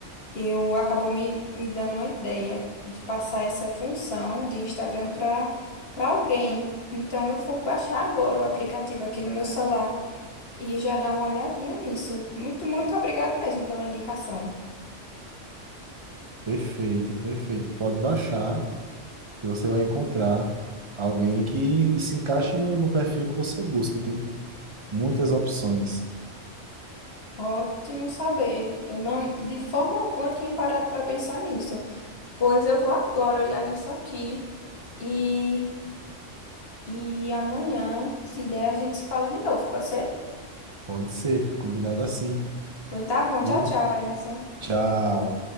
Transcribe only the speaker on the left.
eu acabou me, me dando uma ideia de passar essa função de Instagram para para alguém. Então eu vou baixar agora o aplicativo aqui no meu celular e já dar uma olhadinha nisso. Muito, muito obrigado mesmo pela indicação.
Ótimo saber. Eu não, de forma alguma, tinha parado para pensar nisso. Pois eu vou agora olhar isso aqui e E amanhã, se der, a gente se fala de novo, pode ser?
Pois tá bom, tchau,
tchau, Emerson.